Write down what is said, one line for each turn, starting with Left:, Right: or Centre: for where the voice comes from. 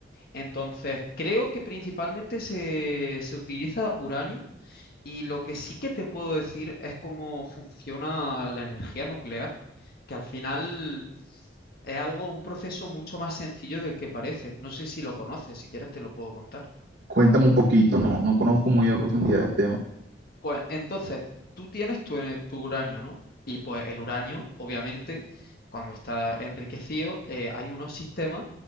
Left: Entonces, creo que principalmente se, se utiliza uranio y lo que sí que te puedo decir es cómo funciona la energía nuclear, que al final es algo, un proceso mucho más sencillo del que parece. No sé si lo conoces, si quieres te lo puedo contar.
Right: Cuéntame un poquito, no, no conozco muy a profundidad el tema.
Left: Pues entonces, tú tienes tu, eh, tu uranio, ¿no? Y pues el uranio, obviamente, cuando está enriquecido, eh, hay unos sistemas